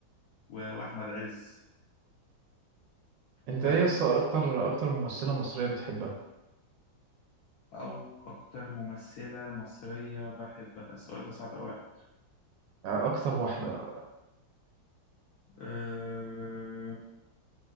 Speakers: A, on the left; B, on the right.
A: و- وأحمد عز
B: أنت
A: ففيلم
B: إيه يس أكتر
A: تقيل.
B: أكتر ممثلة مصرية بتحبها
A: أو أكتر ممثلة مصرية بحبها السؤال ده صعب أوي عليا.
B: آه، أكتر واحدة
A: أه...